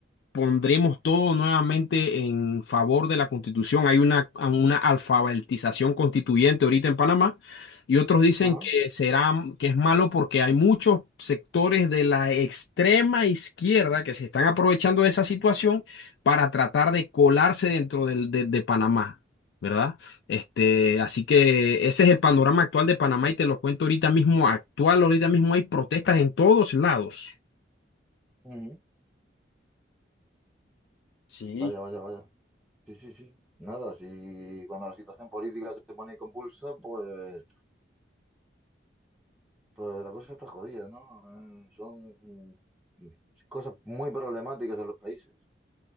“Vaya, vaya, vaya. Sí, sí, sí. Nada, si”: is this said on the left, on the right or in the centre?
Centre